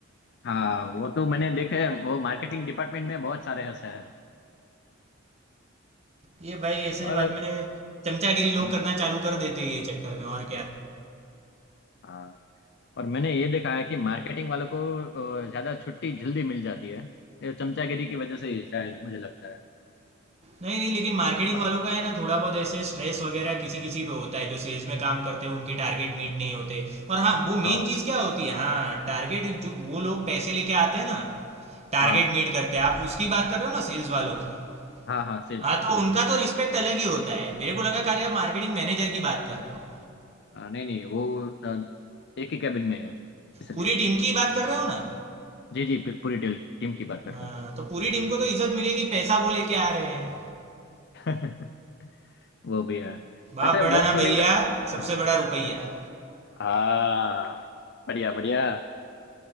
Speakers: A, on the left; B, on the right.
A: हाँ वो तो मैंने देखे हैं, वो मार्केटिंग डिपार्टमेंट में बहुत सारे ऐसे हैं
B: ये भाई ऐसे
A: <laughs> और
B: बाद में चमचागिरी लोग
A: हम्म,
B: करना चालू कर देते हैं ये चक्कर में और क्या
A: हाँ और मैंने ये देखा है कि मार्केटिंग वालों को अ, ज्यादा छुट्टी जल्दी मिल जाती है ये चमचागिरी की वजह से ही शायद मुझे लगता है
B: नहीं नहीं लेकिन मार्केटिंग
A: अ,
B: वालों का है ना थोड़ा बहुत ऐसे स्ट्रेस वगैरह किसी किसी पे होता है जो सेल्स में काम करते हैं उनके टारगेट मीट नहीं होते और हाँ वो मेन
A: हाँ
B: चीज़ क्या होती है हाँ टारगेट जो वो लोग पैसे लेके आते हैं ना टारगेट
A: हाँ
B: मीट करते हैं आप उसकी बात कर रहे हो ना सेल्स वालों की
A: हाँ हाँ सेल्स
B: हाँ
A: वाले
B: तो उनका तो रिस्पेक्ट अलग ही होता है मेरे को लगा खाली आप मार्केटिंग मैनेजर की बात कर रहे हो
A: अ, नहीं नहीं वो अ, एक ही कैबिन में है इसलिए
B: पूरी टीम की बात कर रहे हो ना
A: जी जी पू- पूरी टीम टीम की बात कर
B: हाँ
A: रहा
B: तो पूरी टीम को तो इज्जत मिलेगी पैसा वो लेके आ रहे हैं
A: हूँ <laughs> वो भी है
B: बाप
A: वैसे
B: बड़ा
A: बॉस
B: ना
A: होने
B: भैया
A: का
B: सबसे
A: हाँ
B: बड़ा रुपया
A: हाँ बढ़िया बढ़िया